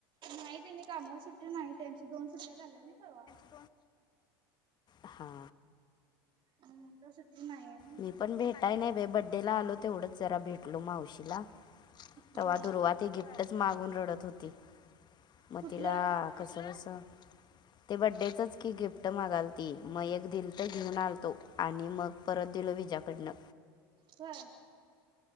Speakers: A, on the right (about 40°); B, on the left (about 35°).
A: नाही त्यांनी कामावर सुट्टी नाही त्यांची दोन सुट्टया झाल्या नाही परवा.
B: हा हा.
A: मम तर सुट्टी नाही आहे ना.
B: मी पण भेटाय नाही बे बड्डेला आलो तेवढंच. जरा भेटलो मावशीला.
A: होय
B: तेव्हा दुरवात ती गिफ्टच मागून रडत होती, मग
A: कुठलं
B: तिला कसं बसं ते बड्डेचच की गिफ्ट मागाल ती म एक दिलतं घेऊन आलतो आणि मग परत दिलं विज्याकडनं.
A: होय.